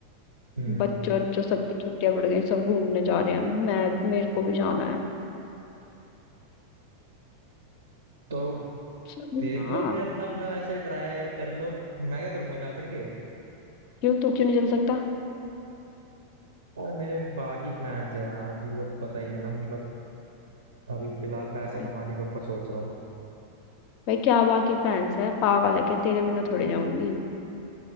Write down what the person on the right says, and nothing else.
हम्म,
तो
देख
लो फिर अपना अपना वैसे ट्राई कर लो मैं क्या करूंगा जा करके
यार मेरे बाकी प्लान्स है यार तुझे तो पता ही है ना मतलब अभी फिलहाल पैसे
कमाने के ऊपर सोच रहा हूँ